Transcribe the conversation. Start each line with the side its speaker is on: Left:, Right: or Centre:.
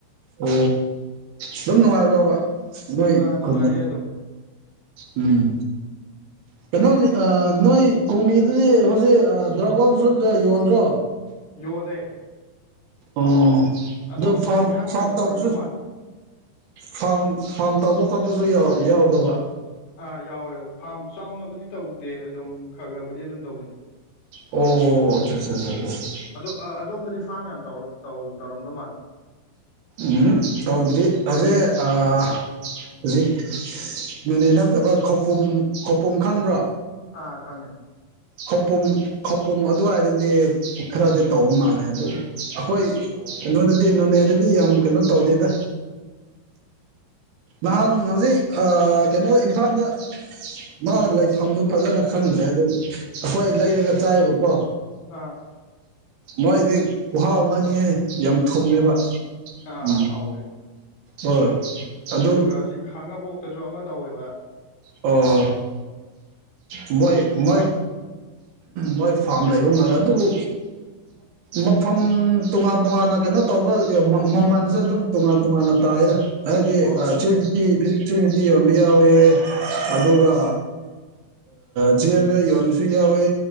Right: ꯑꯣ ꯑꯗꯨꯝ ꯅꯨꯡꯉꯥꯏꯔꯣꯕ ꯅꯣꯏ
Left: ꯑꯥ
Right: ꯈꯨꯟꯗꯣ
Left: ꯅꯨꯡꯉꯥꯏꯌꯦ ꯑꯗꯨꯝ
Right: ꯎꯝ ꯀꯩꯅꯣ ꯅꯣꯏ ꯀꯣꯝꯕꯤꯗꯨꯗꯤ ꯍꯧꯖꯤꯛ ꯗ꯭ꯔꯥꯒꯣꯟꯁꯨ ꯌꯣꯟꯗ꯭ꯔꯣ
Left: ꯌꯣꯜꯂꯦ
Right: ꯑꯣ
Left: ꯑꯗꯣꯝꯗ
Right: ꯑꯗꯨ ꯐꯥꯝ
Left: ꯃꯌꯥꯝ
Right: ꯐꯥꯝ
Left: ꯀꯩꯅꯣ
Right: ꯇꯧꯕꯁꯨ
Left: ꯇꯧꯔꯝꯗꯧ ꯃꯥꯜꯂꯦ
Right: ꯐꯥꯝ ꯐꯥꯝ ꯇꯧꯕ ꯈꯣꯠꯄꯁꯨ ꯌꯥꯎꯕꯔꯕ
Left: ꯑꯥ ꯌꯥꯎꯋꯦ ꯐꯥꯝ ꯆꯥꯎꯅꯕꯨꯗꯤ ꯇꯧꯗꯦ ꯑꯗꯨꯝ ꯈꯔ ꯈꯔꯕꯨꯗꯤ ꯑꯗꯨꯝ ꯇꯧꯅꯩ
Right: ꯑꯣ ꯆꯥ ꯆꯥ ꯆꯥ ꯆꯥ
Left: ꯑꯗꯣ ꯑꯗꯣꯝꯗꯗꯤ ꯐꯥꯝ ꯌꯥꯝ ꯆꯥꯎ ꯇꯧ ꯇꯧꯔꯝꯗꯧ ꯃꯥꯜꯂꯦ
Right: ꯎꯝ ꯇꯧꯗ꯭ꯔꯤ ꯑꯁꯦ ꯑꯥ ꯍꯧꯖꯤꯛ ꯅꯣꯅꯦ ꯅꯠꯇꯕ ꯈꯧꯄꯨꯝ ꯈꯧꯄꯨꯝ ꯈꯪꯕ꯭ꯔꯥ
Left: ꯑ ꯈꯪꯉꯦ
Right: ꯈꯧꯄꯨꯝ ꯈꯧꯄꯨꯝ ꯑꯗꯨꯋꯥꯏꯗꯗꯤ ꯈꯔꯗꯤ ꯇꯧꯕ ꯃꯥꯜꯂꯦ ꯑꯗꯨ ꯑꯩꯈꯣꯏ
Left: ꯑꯣ
Right: ꯀꯩꯅꯣꯗꯗꯤ ꯅꯣꯅꯦꯗꯗꯤ ꯌꯥꯝ ꯀꯩꯅꯣ ꯇꯧꯗꯦꯗ ꯅꯍꯥꯟ ꯍꯧꯖꯤꯛ ꯀꯩꯅꯣ ꯏꯝꯐꯥꯜꯗ ꯃꯥ ꯂꯩꯐꯝꯗꯨ ꯐꯖꯅ ꯈꯪꯗ꯭ꯔꯦ ꯑꯗꯨ ꯑꯩꯈꯣꯏ ꯂꯩꯔꯒ ꯆꯥꯏꯕ
Left: ꯑꯥ
Right: ꯃꯣꯏꯗꯤ ꯀꯍꯥꯎ ꯑꯃꯅꯤꯍꯦ ꯌꯥꯝ ꯊꯨꯝꯃꯦꯕ
Left: ꯎꯝ ꯑꯥ
Right: ꯎꯝ
Left: ꯍꯥꯎꯋꯦ
Right: ꯍꯣꯏ ꯑꯗꯨ
Left: ꯑꯗꯨꯒ ꯁꯤ ꯈꯥꯡꯉꯕꯣꯛꯇꯁꯨ ꯑꯃ ꯇꯧꯋꯦꯕ
Right: ꯑꯣ ꯃꯣꯏ
Left: ꯑꯗꯨꯒꯤꯗꯨꯁꯨ
Right: ꯃꯣꯏ
Left: ꯍꯥꯎꯋꯦ
Right: ꯃꯣꯏ ꯐꯥꯝ ꯂꯩꯕ ꯃꯥꯔꯦ ꯑꯗꯨꯕꯨ ꯃꯐꯝ ꯇꯣꯉꯥꯟ ꯇꯣꯉꯥꯟꯅ ꯀꯩꯅꯣ ꯇꯧꯕ ꯃꯃꯜꯁꯨ ꯑꯗꯨꯝ ꯇꯣꯉꯥꯟ ꯇꯣꯉꯥꯟꯅ ꯇꯥꯏꯔ ꯍꯥꯏꯕꯗꯤ
Left: ꯍꯣꯏ
Right: ꯊ꯭ꯔꯤ ꯐꯤꯞꯇꯤ ꯊ꯭ꯔꯤ ꯐꯤꯐꯇꯤ ꯌꯣꯟꯕ ꯌꯥꯎꯋꯦ ꯑꯗꯨꯒ ꯊ꯭ꯔꯤ ꯍꯟꯗ꯭ꯔꯦꯗ ꯌꯣꯟꯕꯁꯨ ꯌꯥꯎꯋꯦ